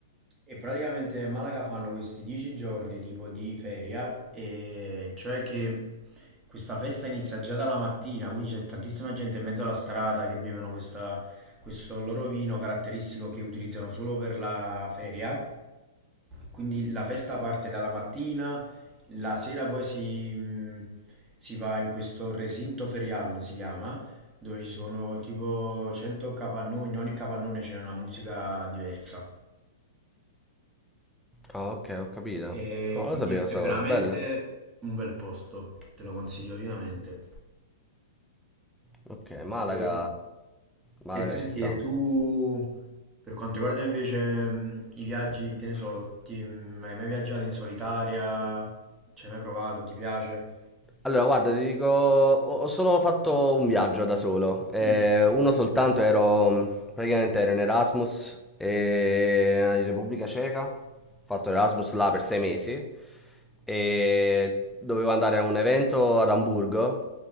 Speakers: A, on the right (about 20°); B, in the centre.
A: E praticamente a Malaga fanno questi dieci giorni tipo di feria, e cioè che questa festa inizia già dalla mattina, quindi c'è tantissima gente in mezzo alla strada che bevono questa- questo loro vino caratteristico che utilizzano solo per la feria. Quindi la festa parte dalla mattina, la sera poi si, mh, si va in questo recinto ferial, si chiama, dove ci sono tipo 100 capannoni, in ogni capannone c'è una musica diversa.
B: Ah, ok, ho capito.
A: E
B: No, non
A: quindi
B: lo sapevo questa
A: è veramente
B: cosa, bello.
A: un bel posto, te lo consiglio vivamente.
B: Ok, Malaga...
A: E,
B: Malaga
A: e senti,
B: ci sta.
A: e tu per quanto riguarda invece mh, i viaggi, che ne so, ti- mh, hai mai viaggiato in solitaria? Ci hai mai provato? Ti piace?
B: Allora, guarda, ti dico, ho ho solo fatto un viaggio da solo, eh,
A: Mm,
B: uno soltanto, ero praticamente ero in Erasmus eh, in Repubblica Ceca, ho fatto Erasmus là per sei mesi e dovevo andare a un evento ad Amburgo